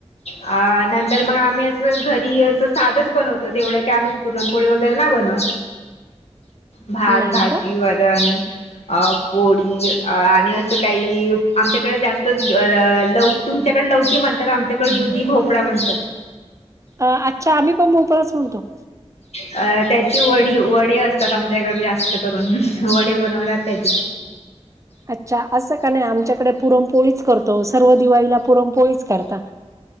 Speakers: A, on the left; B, on the right.
A: अ नंतर मग आम्ही अस घरी साधच बनवतो तेवढं क आम्ही पुरणपोळी वगैरे ना बनवात भात,
B: नाही
A: भाजी,
B: का
A: वरण अ पोळी आणि असं काही आमच्याकडे जास्त ल तुमच्याकडे लवकी म्हणतात आमच्याकडे दुधी भोपळा म्हणतात.
B: अ अच्छा आम्ही पण भोपळाच म्हणतो.
A: अ त्याची वडी वडे असतात आमच्या इकडे जास्त करून वडे बनवतात त्याची
B: अच्छा असं का नाही आमच्याकडे पुरमपोळीच करतो सर्व दिवाळीला पुरमपोळीच करता.